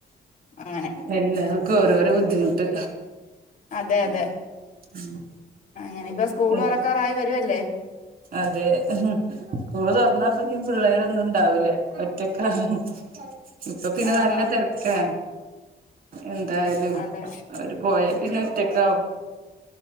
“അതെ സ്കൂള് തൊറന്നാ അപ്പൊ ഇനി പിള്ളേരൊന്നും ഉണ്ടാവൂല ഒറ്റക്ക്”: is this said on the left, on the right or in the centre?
Right